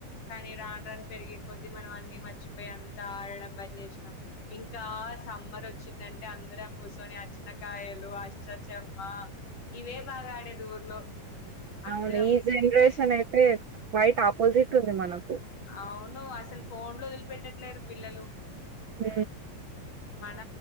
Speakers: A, on the left; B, on the right.
A: కానీ రాన్ రాన్ పెరిగే కొద్దీ మనం అన్ని మర్చిపెయ్ అంతా ఆడడం బన్ చేస్నాం, ఇంకా సమ్మర్ వచ్చిందంటే అందరం కూస్సొని అచ్చన కాయలు, అష్ట చం మా ఇవే బాగా ఆడేది ఊర్లో అందరం
B: అవును ఈ జెనరేషన్ అయితే క్వైట్ ఆపోజిట్ ఉంది మనకు
A: అవును అసలు ఫోన్లు వదిలి పెట్టట్లేరు పిల్లలు
B: హు
A: మన